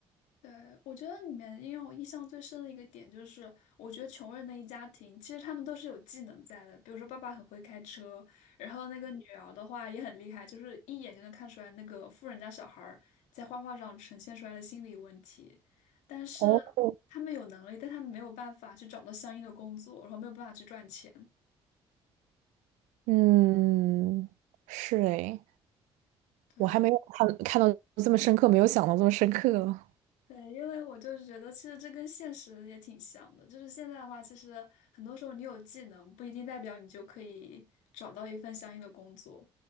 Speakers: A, on the left; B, on the right.
A: 对，我觉得里面因为我印象最深的一个点就是，我觉得穷人的一家庭，其实他们都是有技能在的。比如说，爸爸很会开车，然后那个女儿的话也很厉害，就是一眼就能看出来那个富人家小孩儿在画画上呈现出来的心理问题。但是他们有能力，
B: 哦，
A: 但他们没有办法去找到相应的工作，然后没有办法去赚钱。
B: 嗯，是诶，
A: 对。
B: 我还没有看看到这么深刻，没有想到这么深刻。
A: 对，因为我就是觉得，其实这跟现实也挺像的。就是现在的话，其实很多时候你有技能，不一定代表你就可以找到一份相应的工作。